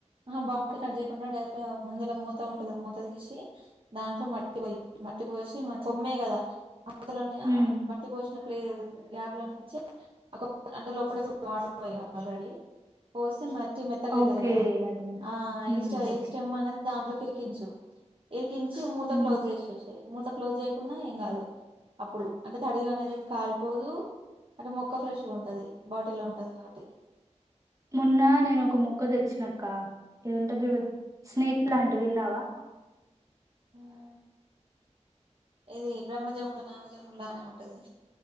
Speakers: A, on the right; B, on the right.
A: బా కట్ చేయకుండా డైరెక్ట్ ముందులా మూత ఉంటది మూత తీసి దాంట్లో మట్టి పో మట్టి పోసి మన కొమ్మే కదా అతలోని
B: ఉమ్,
A: మట్టి పోసిన ప్లేదు గ్యాప్లో నుంచి ఒక గంట లోపటి ఆడర్ పో ఆల్రెడీ పోసి మ మ్ ఎత్తగా అయిది
B: ఓకే
A: కదా
B: అర్థం
A: ఆ
B: ఉమ్,
A: ఇష్ట
B: ఓకే
A: ఇష్టమ్మన దాంట్లోకిిరికించు కించి మూత
B: ఉమ్.
A: క్లోజ్ చేసేసియి మూత క్లోజ్ చేయ కున్నా ఏం కాదు అప్పుడు అంటే తడివి అనేది కాలిపోదు అంటే మొక్క ఫ్రెష్గా ఉంటది బాటిల్లో ఉంటది కాబటి
B: మన్న నేను ఒక మొక్క తెచ్చినక్క ఏ ఉంటాంది చూడు స్నేక్ లాంటి విన్నావా
A: ఆ ఇది బ్రహ్మజముడు నాగజమ్ముడులానే ఉంటది